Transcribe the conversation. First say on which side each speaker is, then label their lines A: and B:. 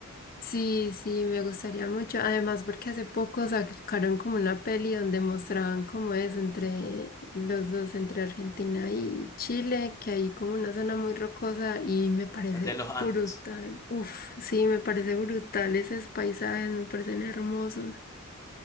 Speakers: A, on the left (about 45°); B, on the left (about 15°).
A: Sí, sí, me gustaría mucho. Además, porque hace poco sacaron como una peli donde mostraban cómo es entre los dos, entre Argentina y Chile, que hay como una zona muy rocosa y me parece
B: El de los Andes.
A: brutal. Uf, sí, me parece brutal esos paisajes, me parecen hermosos.